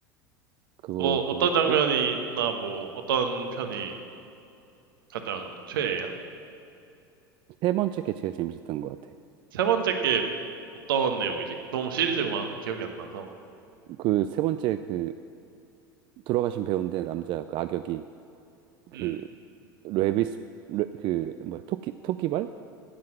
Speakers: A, on the right (about 45°); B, on the right (about 75°).
A: 그것도
B: 뭐 어떤
A: 그렇고,
B: 장면이나 뭐 어떤 편이 가장 최애야?
A: 세 번째 게 제일 재밌었던 것 같아.
B: 세 번째 게 어떤 내용이지? 너무 시리즈가 많아서 기억이 안 나서.
A: 그 세 번째 그, 돌아가신 배우인데, 남자 그 악역이, 그
B: 음,
A: 레비스 레, 그 뭐야 토끼 토끼발